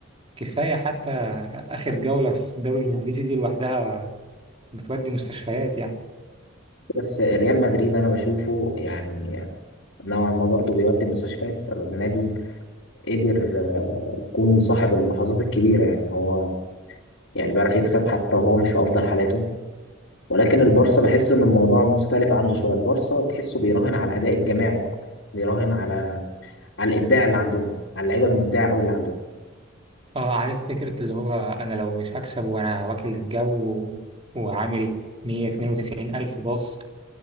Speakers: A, on the right; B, on the left.
A: كفايه حتى اخر جوله في الدوري الانجليزي دي لوحدها بتودي مستشفيات يعني
B: بس ريال مدريد انا بشوفه يعني نوعا ما برضه بيودي مستشفيات النادي قدر يكون صاحب اللحظات الكبيرة يعني هو يعني بيعرف يكسب حتى وهو مش في أفضل حالاته ولكن البارسا بحس إن الموضوع مختلف عنده شوية البارسا تحسه بيراهن على الأداء الجماعي أكتر بيراهن على على الإبداع اللي عندهم على اللعيبة المبدعة أوي اللي عندهم
A: اه عارف فكره اللي هو انا لو مش هكسب وانا واكل الجو وعامل 192 الف باص